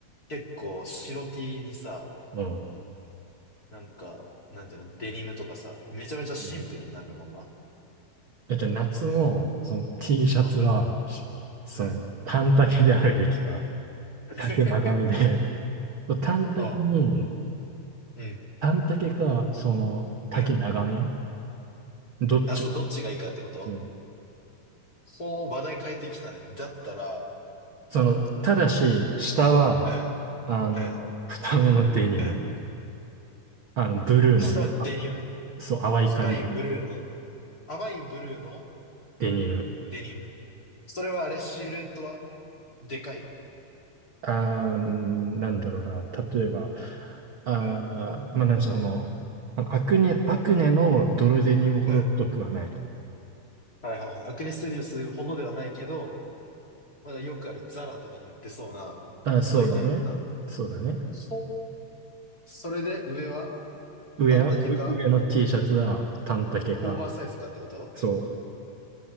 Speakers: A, on the left (about 30°); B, on the right (about 50°).
A: 結構白 T にさ、
B: うん。
A: なんか、なんていうの、デニムとかさ、めちゃめちゃシンプルになるもんな。
B: うんえ、じゃあ夏のその T シャツは、
A: うん。
B: しその短丈であるべきか、
A: うん。<laughs>
B: 丈長めで、<laughs> 短丈に、
A: あうん。
B: 短丈か、その丈長め、
A: うん。
B: どっちが、
A: あ、そう、どっちがいいかってこと
B: そう。
A: ほう、話題変えてきたね。だったら、
B: その、ただし、下は、
A: うん、
B: あの、
A: うん、
B: 二目のデニム、
A: うん。
B: あの、ブルーのね、
A: 下はデニム。
B: そう、淡い感じの
A: スカイブルーの、淡いブルーの
B: デニム。
A: デニム。それはあれ、シルエットはでかい
B: あー、なんだろうな。例えば、あー、
A: うん、
B: まあ、なんでしょう、その、あのアクネ、アクネのドルデニムほど太くはない。
A: うん、うん。はいはいはい。アクネスティディオスほどではないけど、まだよくあるザラとかに売ってそうな太いデニムな。
B: あー、そうだね。そうだね。
A: ほう、それで上は
B: 上は、
A: 半丈か
B: う上の T シャツは短丈か。
A: オーバーサイズかってこと
B: そ